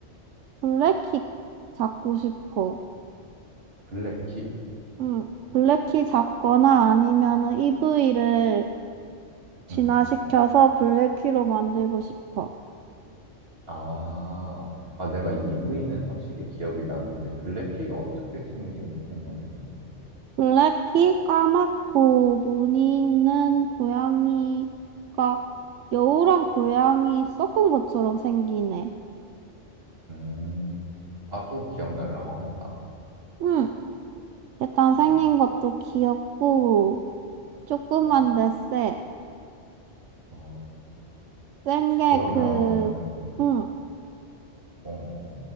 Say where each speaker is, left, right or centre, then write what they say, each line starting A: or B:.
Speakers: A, on the right; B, on the right.
A: 블랙키 잡고 싶어.
B: 블랙티?
A: 응, 블랙키 잡거나 아니면은 이브이를 진화시켜서
B: 응.
A: 블랙키로 만들고 싶어.
B: 아, 아, 내가 이브이는 확실히 기억이 나는데, 블랙티가 어떻게 생긴 포켓몬이었지?
A: 블랙키 까맣고 무늬 있는 고양이가 여우랑 고양이 섞은 것처럼 생기네.
B: 음, 아, 좀 기억날라고 한다.
A: 응, 일단
B: 어,
A: 생긴 것도 귀엽고 조그만데
B: 어,
A: 쎄.
B: 어.
A: 센
B: 혹시
A: 게
B: 그러면,
A: 그, 응,
B: 어,